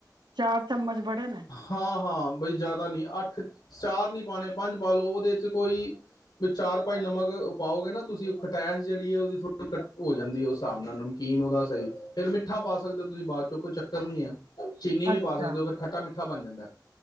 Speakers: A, on the right; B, on the left.
A: ਚਾਰ ਚਮਚ ਬੜੇ ਨੇ
B: ਹਾਂ ਹਾਂ ਬਈ ਜ਼ਿਆਦਾ ਨੀ ਅੱਠ ਚਾਰ ਨੀ ਪਾਣੇ ਪੰਜ ਪਾ ਲਓ ਉਹਦੇ ਕੋਈ ਵੀ ਚਾਰ ਭਾਈ ਨਮਕ ਪਾਓਗੇ ਨਾ ਤੁਸੀਂ ਖਟੈਸ ਜਿਹੜੀ ਹੈ ਉਹਦੀ ਥੋੜ੍ਹੀ ਕੱਟ ਹੋ ਜਾਂਦੀ ਹੈ ਉਸ ਹਿਸਾਬ ਨਾਲ ਨਮਕ ਯਕੀਨ ਉਹਦਾ ਸਹੀ ਫਿਰ ਮਿੱਠਾ ਪਾ ਸਕਦੇ ਹੋ ਤੁਸੀਂ ਬਾਅਦ ਚੋਂ ਕੋਈ ਚੱਕਰ ਨਹੀਂੀ ਹੈ ਚੀਨੀ ਵੀ
A: ਅੱਛਾ
B: ਪਾ ਸਕਦੇ ਹੋ ਫਿਰ ਖੱਟਾ ਮਿੱ ਮਿੱਠਾ ਬਣ ਜਾਂਦਾ